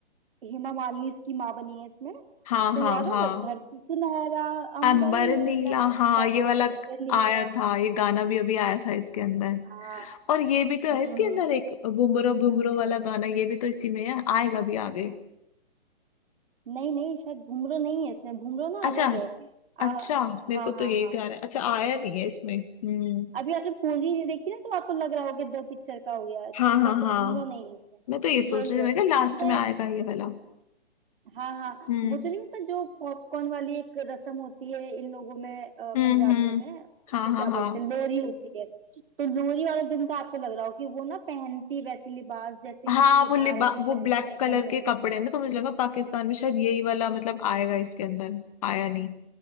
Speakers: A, on the right (about 60°); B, on the left (about 35°).
A: हेमा मालिनी इसकी माँ बनी है इसमें
B: हाँ
A: तो
B: हाँ
A: याद है
B: हाँ
A: धरती सुनहरा अंबर
B: अंबर
A: नीला
B: नीला
A: ऐसा
B: हाँ ये
A: देश
B: वाला
A: नीला
B: आया था ये गाना भी अभी आया था इसके अंदर
A: हाँ
B: और ये भी तो
A: हम्म
B: है इसके
A: हम्म।
B: अंदर एक बुमरो बुमरो वाला गाना ये भी तो इसी में है आएगा भी आगे
A: नहीं नहीं शायद घुंघरू नहीं है इसमें घुंघरू ना
B: अच्छा
A: अलग है आ,
B: अच्छा मेरे
A: हाँ
B: को तो
A: हाँ
B: यही
A: हाँ
B: ध्यान है अच्छा आया नहीं है इसमें हम्म
A: अभी आपने पूंजी नहीं देखी ना तो आपको लग रहा होगा दो पिक्चर का हो गया
B: हाँ हाँ
A: बट
B: हाँ
A: घूमरो नहीं है इसमें
B: मैं तो ये सोच
A: यही
B: रही थी
A: है
B: मैं क्या लास्ट
A: इसमें
B: में आएगा ये वाला
A: हाँ हाँ
B: हम्म
A: वो जो नहीं होता जो पॉपकॉर्न वाली एक रस्म होती है इन लोगों में अ,
B: हम्म
A: पंजाबियों
B: हम्म
A: में
B: हाँ
A: उसे क्या
B: हाँ हाँ
A: बोलते हैं लोरी होती है तो लोरी वाले दिन का आपको लग रहा हो कि वो ना पहनती वैसी लिबास जैसे
B: हाँ
A: इनके
B: वो
A: भारत
B: लिबा
A: में
B: वो
A: पहनते
B: ब्लैक
A: हैं
B: कलर
A: पंजाब
B: के कपड़े हैं ना तो मुझे लगा पाकिस्तान में शायद यही वाला मतलब आएगा इसके अंदर आया नहीं